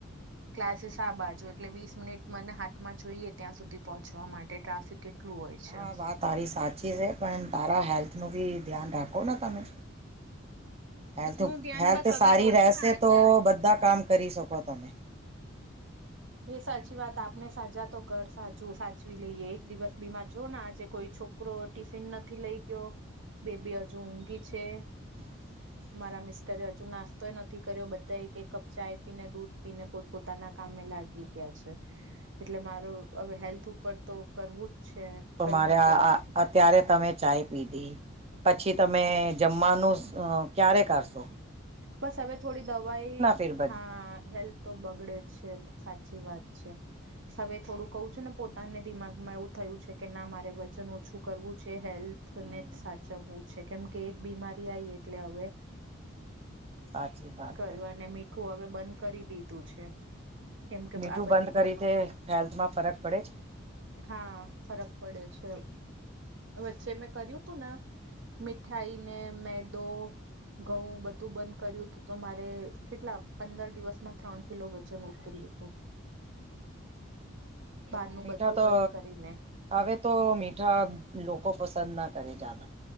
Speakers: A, on the right; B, on the right.
A: ક્લાસીસ આ બાજુ એટલે વીસ મિનિટ મને હાથમાં જોઈએ ત્યાં સુધી પહોંચવા માટે ટ્રાફિક કેટલું હોય
B: હા
A: છે.
B: વાત તારી સાચી છે પણ તારા હેલ્થનું બી ધ્યાન રાખો ને તમે. હેલ્થ
A: નું ધ્યાન
B: હેલ્થ
A: બસ હવે
B: સારી
A: કઉ
B: રહેશે
A: છું ને આજે
B: તો બધા કામ કરી શકો. તમે
A: એ સાચી વાત આપને સાજા તો ઘર સાજું સાચવી લઈએ એક દિવસ બીમાર જો ને આજે કોઈ છો કરો ટિફિન નથી લઇ ગયો બેબી હજુ ઊઘી છે.
B: <inaudible>
A: મારા મિસ્ટરે હજુ નાસ્તોય નથી કર્યો બધા એક એક કપ ચાય પીને દૂધ પીને પોત પોતાના કામે લા ગી ગયા છે એટલે મારું હવે હેલ્થ ઉપર તો કરવું જ છે.
B: તો
A: કઈ
B: મારે
A: ના
B: આ
A: કઈ
B: આ અત્યારે તમે ચાય પીધી. પછી તમે જમવાનું અ ક્યારે કારશો?
A: બસ હવે થોડી દવાઈ
B: ફિર બધ
A: હા હેલ્થ તો બગડે જ છે સાચી વાત છે. હવે થોડું કહું છું ને પોતાને દિમાગમાં એવું થયું છે કે ના મારે વજન ઓછું કરવું છે હેલ્થ
B: હમ
A: ને જ સાચવવું છે કેમ કે એક બીમારી આવી એટલે હવે
B: સાચી વાત
A: કર્યું
B: છે
A: અને મીઠું હવે બંધ કરી દીધું છે. કેમ કે
B: મીઠું
A: આ બધી
B: બંધ કરી
A: બીમા
B: તે હેલ્થમાં ફરક પડે છે.
A: હા ફરક પડે છે વચ્ચે મેં કર્યું તું ને. મીઠાઈ ને મેદો ઘઉં બ ધુ બંધ કર્યું હતું તો મારે કેટલા પંદર દિવસમાં ત્રણ કિલો વજન ઉતર્યું હતું.
B: <inaudible>
A: બારનું
B: મીઠા
A: બધું
B: તો
A: બંધ કરીને
B: હવે તો મીઠા લોકો પસંદ ના કરે જાદા.